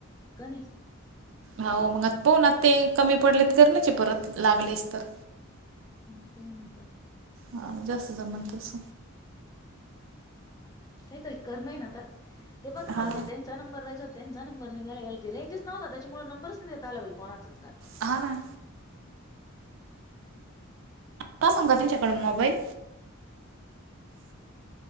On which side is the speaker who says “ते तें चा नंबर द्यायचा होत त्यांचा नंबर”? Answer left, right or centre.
Left